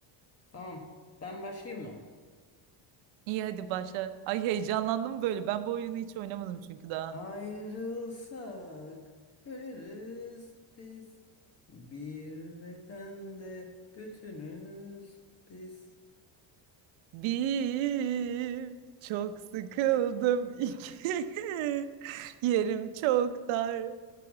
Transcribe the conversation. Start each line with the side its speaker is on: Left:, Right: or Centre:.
Left: Tamam ben başlayayım mı?
Right: İyi hadi başla. Ay heyecanlandım böyle. Ben bu oyunu hiç oynamadım çünkü daha.
Left: Ayrılsak ölürüz biz. Bir bedende bütünüz biz.
Right: Bir, çok sıkıldım. İki, <laughs> yerim çok dar.